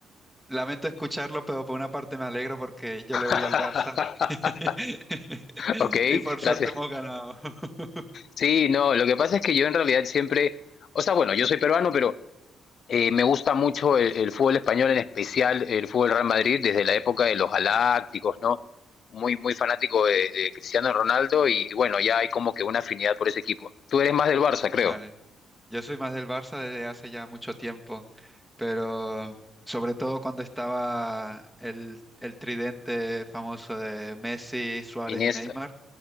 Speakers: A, in the centre; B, on the left.
A: lamento escucharlo, pero por una parte me alegro porque yo
B: <laughs>
A: le voy al Barça <laughs>
B: Ok,
A: y por suerte
B: gracias.
A: hemos ganado. <laughs>
B: Sí, no, lo que pasa es que yo en realidad siempre, o sea, bueno, yo soy peruano, pero Eh, me gusta mucho el, el, fútbol español, en especial el fútbol Real Madrid, desde la época de los galácticos, ¿no? Muy, muy fanático de, de, Cristiano Ronaldo y bueno, ya hay como que una afinidad por ese equipo. Tú eres más del Barça, creo.
A: Vale, yo soy más del Barça desde hace ya mucho tiempo, pero sobre todo cuando estaba el, el tridente famoso de Messi, Suárez
B: Iniesta.
A: y Neymar.